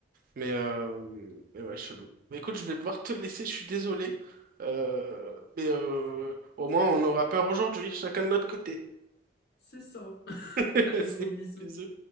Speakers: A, on the right; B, on the left.
A: Mais, euh, mais ouais, chelou. Mais écoute, je vais devoir te laisser, je suis désolé. Euh, mais euh, au moins, on aura peur aujourd'hui, chacun de notre côté.
B: C'est ça. <laughs>
A: <laughs>
B: Allez,
A: C'est
B: gros bisous.
A: bisous.